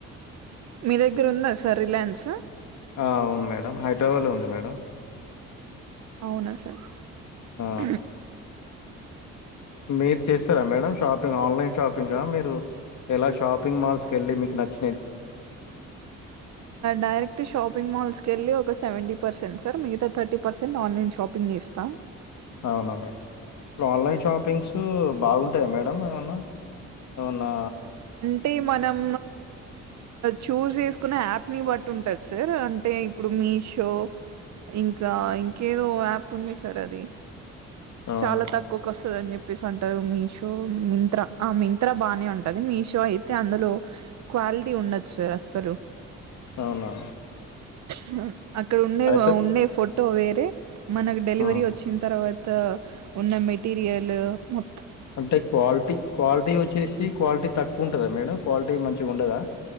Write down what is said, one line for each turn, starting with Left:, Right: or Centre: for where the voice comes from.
Right: మీ దగ్గరుందా సార్ రిలయన్స్
Left: అ అవును మేడం హైద్రాబాద్లో ఉంది మేడం
Right: అవున సర్
Left: ఆ
Right: <inaudible>
Left: మీరు చేస్తరా మేడం షాపింగ్ ఆన్లైన్ షాపింగ మీరు ఐలా షాపింగ్ మాల్స్కి వెళ్ళి మీకు నచ్చ
Right: డైరెక్ట్ షాపింగ్ మాల్స్ కెళ్ళి ఒక సెవెన్టిపర్సెంట్ సర్ మిగత థర్టీ పర్సెంట్ ఆన్లైన్ షాపింగ్ చేస్తాం
Left: అవునుమి ఇప్పుడు ఆన్లైన్ షాపింగ్స్ బాగుంటాయ మేడం ఏమన్నా అవునా
Right: అంటే మనం చూజ్ చేసుకున్న యాప్ ని బట్టి ఉంటది సార్ అంటే ఇప్పుడు మీషో ఇంకా ఇంకేదో యాప్ ఉంది సార్ అది
Left: అవునా
Right: చాల
Left: అవునా
Right: తక్కువకు వస్తుందని స్ అంటారు మీషో మింత్ర ఆ మిం త్ర బానే ఉంటది మీషో అయితే అందులో క్వాలిటీ ఉండొచ్చు అస్సలు
Left: అవునా
Right: హుమ్ అక్కడ ఉండే
Left: అయితే
Right: ఉండే ఫోట్ ట్టో వేరె మనకు డెలివరీ
Left: ఆ
Right: వచ్చిన తర్వాత్ త ఉన్న మెటీరియల్ మొ
Left: అంటే క్వాల్టీ క్వాల్టి ఏసి క్వాలిటి తక్కువుంటదా మేడం క్వాలిటీ మంచిగుండదా